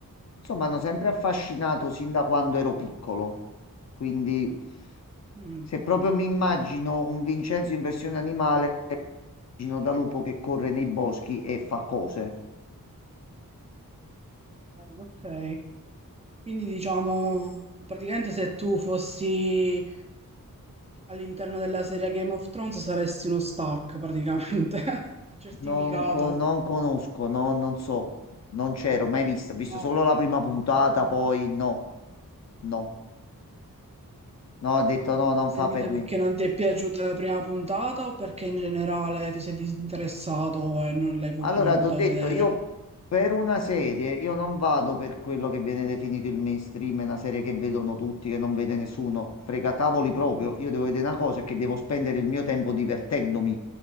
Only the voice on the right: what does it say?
Mm,
ok, ok. Quindi diciamo, praticamente se tu fossi all'interno della serie Game of Thrones saresti uno Stark, praticamente. <laughs> Ho certificato.
Ah,
ok.
Ma Non
le seguite
perché
non ti è piaciuta la prima puntata o perché in generale ti sei disinteressato e non l'hai vo-
voluto
vedere?